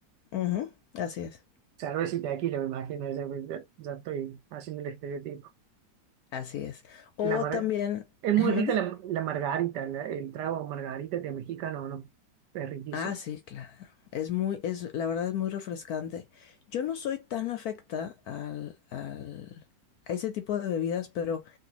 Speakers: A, on the left (about 70°); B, on the right (about 70°).
A: Ujú, así es.
B: Cerveza y tequila, me imagino, ya, ya- ya estoy haciendo el estereotipo.
A: Así es. O
B: La mar-
A: también,
B: es muy
A: <laughs> ¿mande?
B: rica la, la margarita, la- el trago margarita que es mexicano, ¿no? Es riquísimo.
A: Ah, sí, claro. Es muy, es, la verdad es muy refrescante. Yo no soy tan afecta al, al- a ese tipo de bebidas, pero